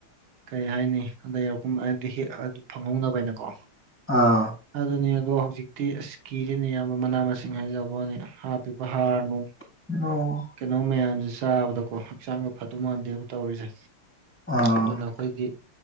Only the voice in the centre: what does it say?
ꯑꯥ
ꯑꯣ
ꯑꯥ